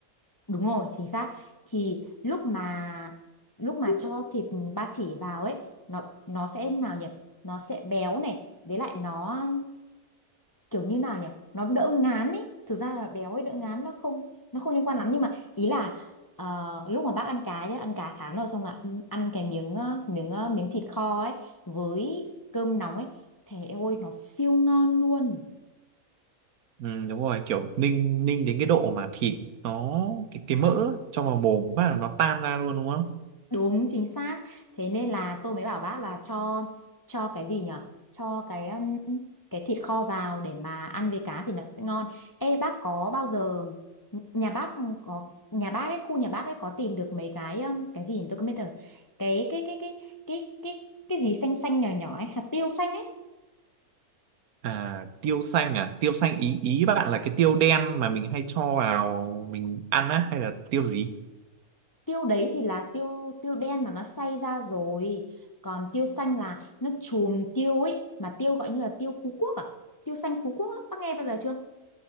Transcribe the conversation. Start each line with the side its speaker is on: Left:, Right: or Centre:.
Left: Đúng rồi, chính xác. Thì lúc mà lúc mà cho thịt ba chỉ vào ấy, nó nó sẽ nào nhỉ? Nó sẽ béo này, với lại nó kiểu như nào nhỉ? Nó đỡ ngán ý. Thực ra là béo ấy đỡ ngán nó không nó không liên quan lắm nhưng mà ý là ờ, lúc mà bác ăn cá nhá, ăn cá chán rồi xong là ăn, ăn cái miếng ờ, miếng ờ, miếng thịt kho ấy với cơm nóng ấy, thế ôi nó siêu ngon luôn.
Right: Ừ, đúng rồi kiểu ninh ninh đến cái độ mà thịt nó cái cái mỡ trong vào mồm phát là nó tan ra luôn đúng không
Left: Đúng chính xác. Thế nên là tôi mới bảo bác là cho cho cái gì nhở? Cho cái um, cái thịt kho vào để mà ăn với cá thì nó sẽ ngon. Ê bác có bao giờ nhà bác có nhà bác ấy khu nhà bác ấy có tìm được mấy cái um, cái gì nhỉ? tôi không biết được. Cái cái cái cái cái cái cái gì xanh xanh nhỏ nhỏ ấy, hạt tiêu xanh ấy.
Right: à tiêu xanh à tiêu xanh ý ý bạn là cái tiêu đen mà mình hay cho vào mình ăn á hay là tiêu gì
Left: tiêu đấy thì là tiêu tiêu đen mà nó xay ra rồi còn tiêu xanh là nó chùm tiêu ấy mà tiêu gọi như là tiêu Phú Quốc à tiêu xanh Phú Quốc á bác nghe bao giờ chưa